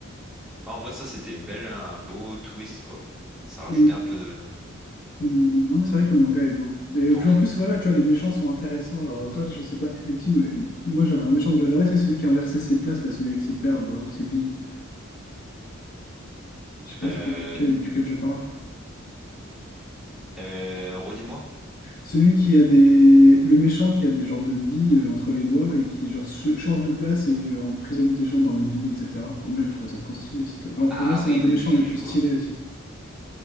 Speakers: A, in the centre; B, on the left.
A: Bah, En vrai, ça, c'était une belle, un beau twist, quoi. Ça rajoutait
B: <laughs>
A: un peu de
B: Hum, ouais, c'est vrai que le manga est beau. Et
A: d'enjeu.
B: puis en plus, voilà, tu vois, les méchants sont intéressants. Genre, toi, je sais pas c'est qui, mais moi, j'avais un méchant que j'adorais, c'est celui qui a inversé ses places, là, celui avec ses perles, là, ou ses billes. Je sais pas
A: Euh,
B: si tu vois lequel, duquel je parle.
A: euh, redis-moi.
B: Celui qui a des... Le méchant qui a des genres de billes euh, entre les doigts et qui, genre, ch- change de place et euh, emprisonne des gens dans les billes, etc. Enfin, moi, j'ai trouvé ça trop stylé aussi. comme- Enfin,
A: Ah
B: pour moi, c'est
A: oui,
B: un des
A: oui,
B: méchants
A: oui, oui,
B: les plus
A: je
B: stylés
A: vois.
B: aussi.